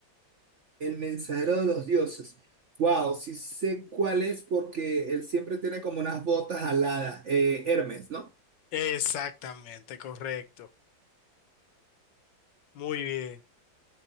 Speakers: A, on the right (about 55°); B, on the left (about 70°).
A: El mensajero de los dioses. Wow, sí sé cuál es porque él siempre tiene como unas botas aladas. Eh, Hermes, ¿no?
B: Exactamente, correcto. Muy bien.